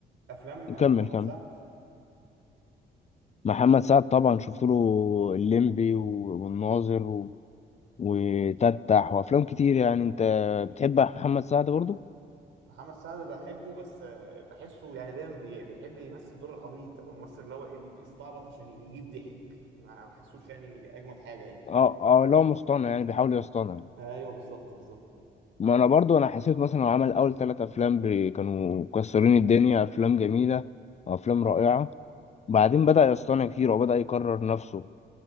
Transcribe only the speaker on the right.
افلام آه،
محمد
سعد
محمد سعد بحبه بس آه، بحسه يعني دايما بي- بيحب يمثل دور العبيط او الممثل اللي هو ايه بي- بيستعبط عشان يجيب ضحك ما بحسوش يعني اجمد حاجه يعني
ايوه بالظبط بالظبط